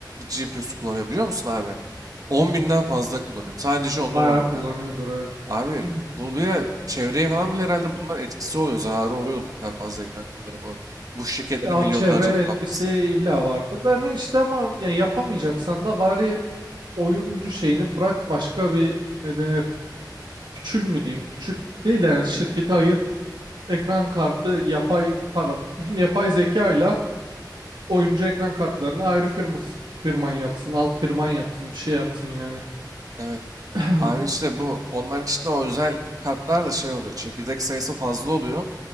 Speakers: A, on the right; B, on the right.
A: GPU'su kullanıyor biliyor musun abi? 10 binden fazla kullanıyor. Sadece ondan
B: Bayağı
A: 10 binden.
B: kullanıyordur evet.
A: Abi
B: <clears throat>
A: bu bile çevreye falan bile herhalde bunların etkisi oluyor. Zararı oluyor da bu kadar fazla ekran kullanımının. Bu şirketleri
B: Ya
A: milyonlarca
B: o çevreye
A: kullanması.
B: etkisi illa vardır da hani işte ama yani yapamayacaksan da bari oyuncu şeyini bırak başka bir ne denir küçül mü diyeyim küçül değil yani şirketi ayır ekran kartı yapay pardon <clears throat> yapay zeka ile oyuncu ekran kartlarını ayrı firması firman yapsın alt firman yapsın bir şey yapsın yani.
A: Evet.
B: <clears throat>
A: Abi işte bu onların işte o özel kartlar da şey oluyor. Çekirdek sayısı fazla oluyor.